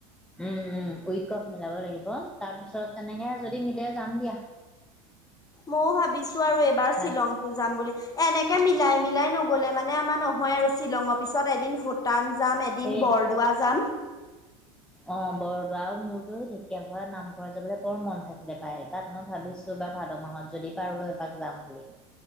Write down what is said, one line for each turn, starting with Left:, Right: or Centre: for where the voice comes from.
Centre: উম উম উইকফ মিলাব লাগিব তাৰ পিছত তেনেকে যদি মিলে যাম দিয়া।
Left: ময়ো ভাবিছোঁ আৰু এইবাৰ শ্বিলং
Centre: নাই
Left: যাম বুলি এনেকে মিলাই - মিলাই নগ'লে মানে আমাৰ নহয় আৰু শ্বিলঙৰ পিছত এদিন ভোট টান যাম এদিন
Centre: সেইটোকে
Left: বৰদোৱা যাম।
Centre: অ বৰদোৱা আৰু মোৰতো সেই ঢেকীয়া খোৱা নামঘৰত যাবলে বৰ মন থাকিলে পায়। তাত মই ভাবিছো এইবাৰ ভাদ মাহত যদি পাৰো এবাক যাম বুলি।